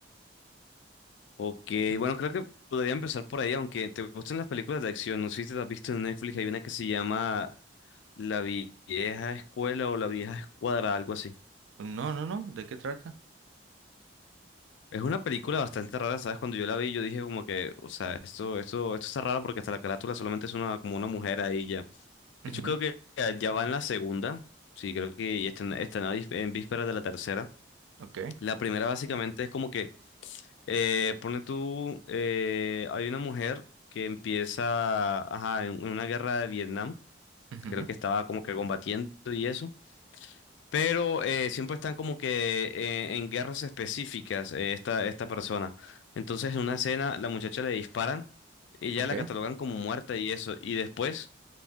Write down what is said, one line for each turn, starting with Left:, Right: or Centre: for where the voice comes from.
Left: Ok,
Right: Mm.
Left: bueno, creo que podría empezar por ahí, aunque te gusten las películas de acción. No sé si te las has visto en Netflix, hay una que se llama La Vieja Escuela o La Vieja Escuadra, algo así.
Right: No, no, no, ¿de qué trata?
Left: Es una película bastante rara, ¿sabes? Cuando yo la vi, yo dije como que, o sea, esto, esto, esto está raro porque hasta la carátula solamente es una, como una mujer ahí ya. De
Right: Ujú,
Left: hecho, creo que ya ya va en la segunda. Sí, creo que ya está en, está en vísperas de la tercera.
Right: Ok.
Left: La primera básicamente es como que, eh, pone tú, eh, hay una mujer que empieza, ajá, en, en una guerra de Vietnam.
Right: ujú,
Left: Creo que estaba como que combatiendo y eso. Pero eh, siempre están como que eh, en guerras específicas eh, esta, esta persona. Entonces en una escena la muchacha le disparan y
Right: Ok.
Left: ya la catalogan como muerta y eso. Y después